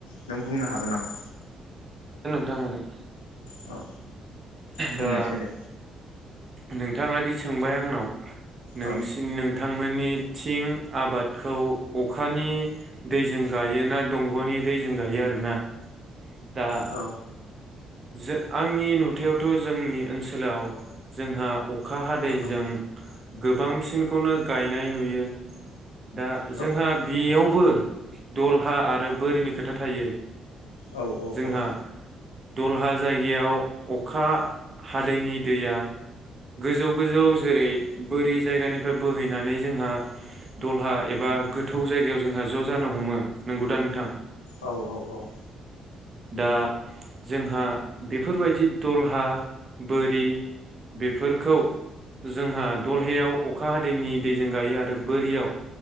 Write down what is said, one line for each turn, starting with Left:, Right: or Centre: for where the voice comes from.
Left: नों बुंनो हागोन नामा
Right: थां हागोन
Left: औ बुंनायसै
Right: दा
Left: दे
Right: नों थाङा दि सोंबाय आंनाव नोंसि
Left: औ
Right: नोंथांमोननि थिं आबादखौ अखानि दैजों गायो ना दंग'नि दैजों गायो आरोना दा
Left: औ
Right: जो आंनि नुथायावथ' जोंनि ओनसोलाव जोंहा अखा हादैजों
Left: औ
Right: गोबांसिनखौनो गायनाय नुयो दा
Left: औ
Right: जोंहा बेयावबो दलहा आरो बोरिनि खोथा थायो
Left: औ औ
Right: जोंहा
Left: औ
Right: दलहा जायगायाव अखा हादैनि दैया गोजौ गोजौ जेरै बोरि जायगानिफ्राय बोहैनानै जोंहा दलहा एबा गोथौ जायगायाव जोंहा ज' जानो हमो नंगौदा नोंथां
Left: औ औ औ
Right: दा जोंहा बेफोरबायदि दलहा बोरि बेफोरखौ जोंहा दलहायाव अखा हादैनि दैजों गायो आरो बोरियाव